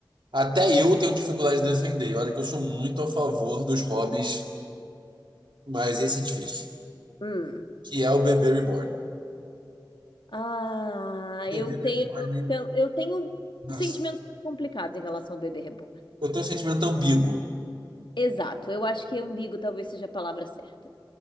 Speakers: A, on the right (about 75°); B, on the left (about 80°).
A: até eu tenho dificuldade de defender. E Olha que eu sou muito a favor dos hobbies, mas esse é difícil.
B: Hum.
A: Que é o bebê reborn.
B: Ah,
A: Bebê
B: eu tenho
A: reborn,
B: eu tenho
A: nossa.
B: sentimentos complicados em relação ao bebê reborn.
A: Eu tenho um sentimento ambíguo.
B: Exato, eu acho que ambíguo talvez seja a palavra certa.